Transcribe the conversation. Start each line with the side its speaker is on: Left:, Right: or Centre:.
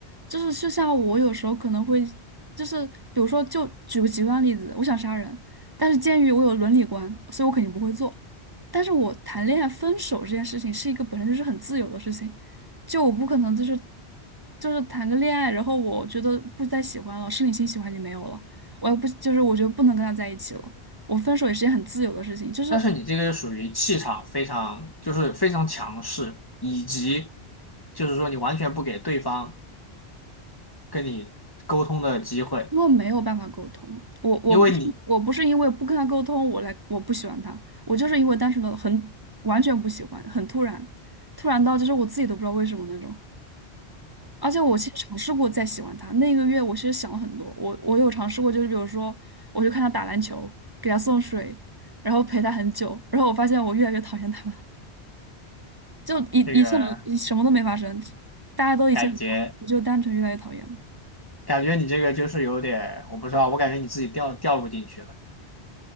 Right: 就是就像我有时候可能会，就是比如说，就举个极端例子，我想杀人，但是鉴于我有伦理观，所以我肯定不会做。但是我谈恋爱分手这件事情是一个本身就是很自由的事情，就我不可能就是就是谈个恋爱，然后我觉得不再喜欢了，生理性喜欢已经没有了，我也不就是我觉得不能跟他在一起了，我分手也是件很自由的事情，就是。
Left: 但是你这个就属于气场非常就是非常强势，以及就是说你完全不给对方。跟你沟通的机会，
Right: 因为没有办法沟通，我我不是我不是因为不跟他沟通，
Left: 因为你
Right: 我来我不喜欢他，我就是因为单纯的很完全不喜欢，很突然，突然到就是我自己都不知道为什么那种。而且我其实尝试过再喜欢他，那个月我其实想了很多，我我有尝试过，就是比如说我就看他打篮球，给他送水，然后陪他很久，然后我发现我越来越讨厌他了，就一一切一什么都没发生，
Left: 这个
Right: 大家都一切很好，
Left: 感觉
Right: 我就单纯越来越讨厌了。
Left: 感觉你这个就是有点，我不知道，我感觉你自己掉掉入进去了，